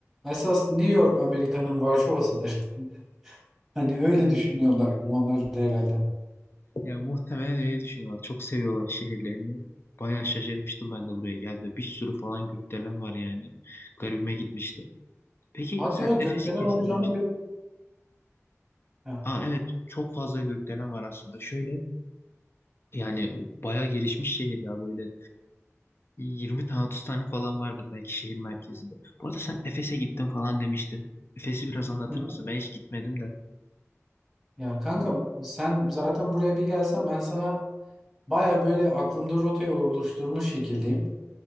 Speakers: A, in the centre; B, on the left.
A: Esas New York Amerika'nın Varşova'sıdır. <laughs> Hani öyle düşünüyorlar onlar da herhalde.
B: Ya muhtemelen öyle düşünüyorlar. Çok seviyorlar şehirlerini. Bayağı şaşırmıştım ben de buraya geldiğimde. Bir sürü falan gökdelen var yani. Garibime gitmişti. Peki
A: Hadi
B: sen
A: ya gökdelen
B: Efes'i gezdin
A: olacağını
B: demiştin.
A: bek. Ha.
B: Aa evet çok fazla gökdelen var aslında. Şöyle yani bayağı gelişmiş şehir ya böyle 20 tane 30 tane falan vardır belki şehir merkezinde. Bu arada sen Efes'e gittin falan demiştin. Efes'i biraz anlatır
A: Hı hı.
B: mısın? Ben hiç gitmedim de.
A: Ya kanka sen zaten buraya bir gelsen ben sana Baya böyle aklımda rotayı oluşturmuş şekildeyim.